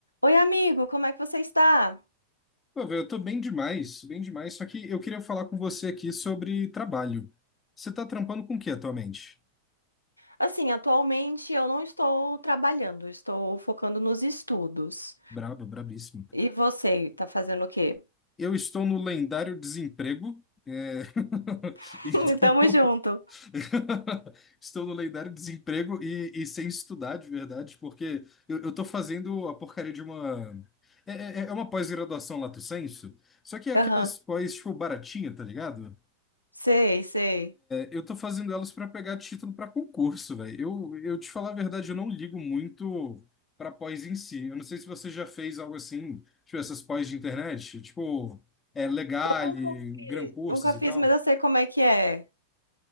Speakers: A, on the left; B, on the left.
A: Oi, amigo, como é que você está?
B: Pô, velho, eu tô bem demais, bem demais. Só que eu queria falar com você aqui sobre trabalho. Você tá trampando com o que atualmente?
A: Assim, atualmente eu não estou trabalhando, eu estou focando nos estudos.
B: Brabo, brabíssimo.
A: E você, tá fazendo o quê?
B: Eu estou no lendário desemprego. é, <laughs>
A: <laughs>
B: Então,
A: Tamo junto.
B: <laughs> estou no lendário desemprego e, e sem estudar, de verdade, porque eu, eu tô fazendo a porcaria de uma. É, é- é uma pós-graduação lato sensu, só que é aquelas
A: Aham,
B: pós, tipo, baratinha, tá ligado?
A: Sei, sei.
B: Eu tô fazendo elas para pegar título para concurso, velho. Eu, eu te falar a verdade, eu não ligo muito para pós em si. Eu não sei se você já fez algo assim, tipo essas pós de internet, tipo é, Legale,
A: Eu Nunca fiz,
B: Gran Cursos
A: nunca fiz,
B: e tal.
A: mas eu sei como é que é.